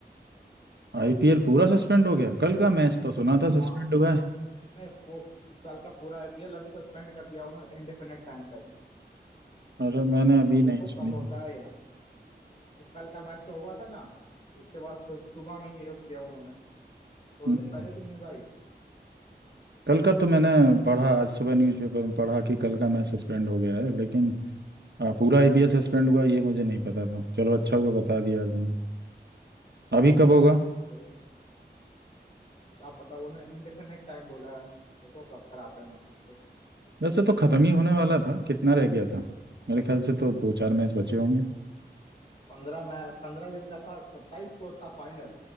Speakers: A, on the right (about 70°); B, on the left (about 35°).
A: आईपीएल पूरा सस्पेंड हो गया कल का मैच तो सुना था
B: हाँ
A: सस्पेंड हुआ है
B: नहीं वो इस साल का पूरा आईपीएल अभी सस्पेंड कर दिया उन्होंने इनडेफिनेट टाइम तक
A: अरे मैंने अभी
B: अब देखो
A: नहीं सुनी
B: कब होता है यार अब कल का मैच तो हुआ था ना उसके बाद सु- सुबह में ये किया उन्होंने थोड़ी
A: हम्म।
B: देर पहले तो न्यूज़ आई
A: कल का तो मैंने पढ़ा आज सुबह न्यूज़पेपर में पढ़ा कि कल का मैच सस्पेंड हो गया है लेकिन आ, पूरा आईपीएल सस्पेंड हुआ ये मुझे नहीं पता था चलो अच्छा हुआ बता दिया यार तुमने अभी कब होगा
B: नहीं भाई क्या पता उन्होंने इनडेफिनेट टाइम बोला है देखो कब कराते हैं वापस से
A: वैसे तो खत्म ही होने वाला था कितना रह गया था मेरे ख्याल से तो दो चार मैच बचे होंगे
B: पंद्रह मैच पंद्रह दिन का था सत्ताईस को था फाइनल